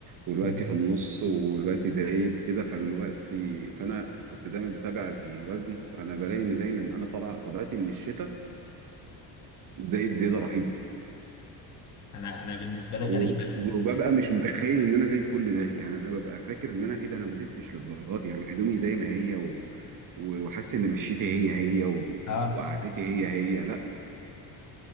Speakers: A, on the right (about 50°); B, on the left (about 40°).
A: والوقت
B: مم.
A: في النص والوقت زايد كده فالوقت فانا كنت دايما بتابع الوزن فانا بلاقي ان دايما انا طلع طلعتي من الشتاء زايد زياده رهيبه
B: أنا أنا بالنسبة
A: و-
B: لي غريبة لأن
A: وببقى مش متخيل ان انا زايد كل ده يعني انا ببقى فاكر ان انا ايه ده انا ما زدتش للدرجات دي يعني هدومي زي ما هي و... و- وحاسس ان مشيتي هي هي و...
B: آه
A: وقعدتي هي هي لا